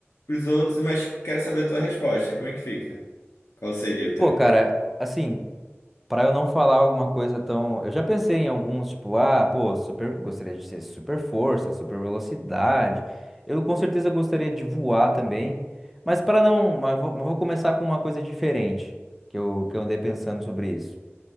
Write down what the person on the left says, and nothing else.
pros outros, mas quero saber a tua resposta. Como é que fica? Qual seria o teu?